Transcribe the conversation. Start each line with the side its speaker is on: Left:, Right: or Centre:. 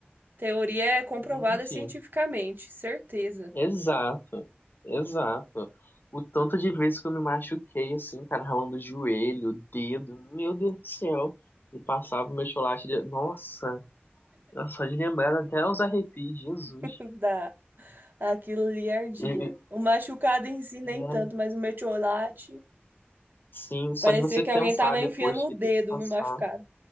Right: teoria é comprovada
Left: Gente.
Right: cientificamente, certeza.
Left: Exato, exato. O tanto de vezes que eu me machuquei, assim, cara, ralando o joelho, o dedo, meu Deus do céu. E passava o meu chocolate, de... nossa, só de lembrar até os arrepios, Jesus.
Right: <laughs> Dá. Aquilo ali ardia.
Left: E- e-
Right: O machucado em si nem
Left: é,
Right: tanto, mas o metiolate
Left: sim, só
Right: parecia
Left: de você
Right: que
Left: pensar
Right: alguém tava
Left: depois
Right: enfiando
Left: que
Right: o dedo
Left: tem que passar.
Right: no machucado.